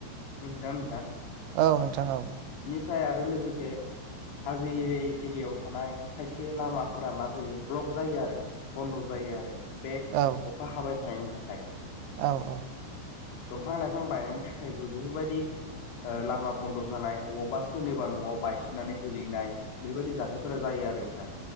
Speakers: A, on the left; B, on the right.
A: मि जा नोंथां
B: औ नोंथां औ
A: फ्राय आरो लोगोसे हाजो एरिया एरियायाव थानाय खायसे लामाफोरा मा जायो ब्लक जायो आरो बन्द' जायो आरो। बे
B: औ
A: अखा हाबाय थानायनि थाखाय।
B: औ औ
A: दंफां लाइफां बायनायनि थाखायबो बेफोरबायदि ओ लामा बन्द' जानाय, अबावबा सोरनिबा न'आव बायसिननानै गोलैनाय बेबायदि जाथायफोरा जायो आरो नोंथां।